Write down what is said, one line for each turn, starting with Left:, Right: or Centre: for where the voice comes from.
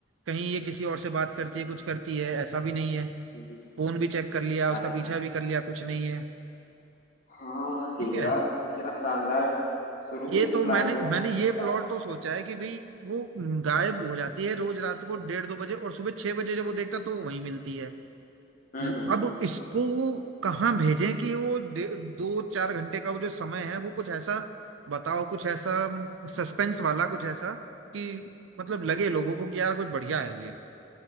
Right: कहीं ये किसी और से बात करती है कुछ करती है ऐसा भी नहीं है
Left: हम्म हम्म,
Right: फोन भी चेक कर लिया
Left: हाँ
Right: उसका
Left: जी
Right: पीछा
Left: हाँ जी
Right: भी कर लिया कुछ नहीं है
Left: हाँ
Right: ठीक
Left: यार
Right: है
Left: क्या शानदार शुरू
Right: ये
Left: में ही प्लाट
Right: तो मैंने
Left: बहुत
Right: मैंने
Left: बढ़िया
Right: ये
Left: दिख रहा
Right: प्लॉट
Left: है
Right: तो सोचा है कि भाई वो गायब हो जाती है रोज रात को डेढ़ दो बजे और सुबह छह बजे जब वो देखता तो वो वहीं मिलती है
Left: हम्म
Right: अब
Left: हम्म हम्म
Right: इसको वो कहाँ भेजें कि वो डे- दो चार घंटे का वो जो समय है वो कुछ ऐसा बताओ कुछ ऐसा सस्पेंस वाला कुछ ऐसा कि मतलब लगे लोगों को कि यार कुछ बढ़िया है ये